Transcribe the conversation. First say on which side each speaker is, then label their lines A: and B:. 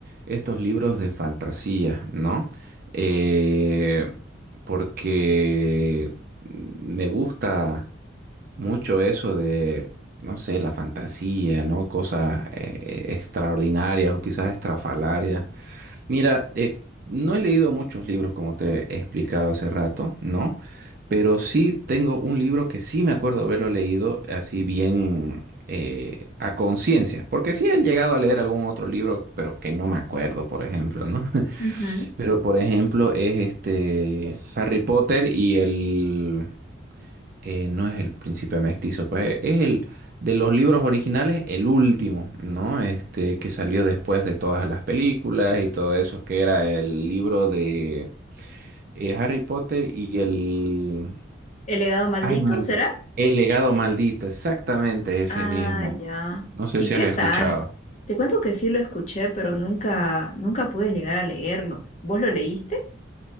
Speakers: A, on the right (about 50°); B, on the left (about 35°).
A: estos libros de fantasía, ¿no? Eh, porque me gusta. mucho eso de, no sé, la fantasía, ¿no? Cosas eh, eh, extraordinarias o quizás estrafalarias. Mira, eh, no he leído muchos libros como te he explicado hace rato, ¿no? Pero sí tengo un libro que sí me acuerdo haberlo leído así bien eh, a conciencia, porque sí he llegado a leer algún otro libro, pero que no me acuerdo, por ejemplo, ¿no? <laughs>
B: Ujú.
A: Pero por ejemplo es este Harry Potter y el eh, no es el príncipe mestizo, pues es el de los libros originales, el último, ¿no? Este que salió después de todas las películas y todo eso, que era el libro de eh, Harry Potter y el...
B: ¿El legado maldito
A: Ay, me olvidé.
B: será?
A: El legado maldito, exactamente ese
B: Ah,
A: mismo.
B: ya.
A: No sé
B: ¿Y
A: si
B: qué
A: has escuchado.
B: tal? Te cuento que sí lo escuché, pero nunca, nunca pude llegar a leerlo. ¿Vos lo leíste?